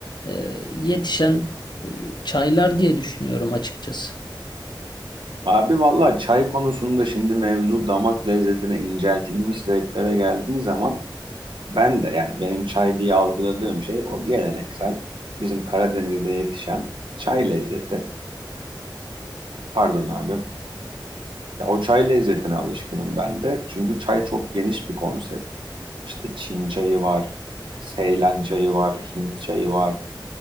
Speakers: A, on the left (about 60°); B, on the right (about 80°).
A: e, yetişen e, çaylar diye düşünüyorum açıkçası.
B: Abi vallahi çay konusunda şimdi mevzu damak lezzetine inceltilmiş zevklere geldiği zaman ben de yani benim çay diye algıladığım şey o geleneksel bizim Karadeniz'de yetişen çay lezzeti. Pardon abi. Ya o çay lezzetine alışkınım ben de. Çünkü çay çok geniş bir konsept. İşte Çin çayı var, Seylan çayı var, Hint çayı var.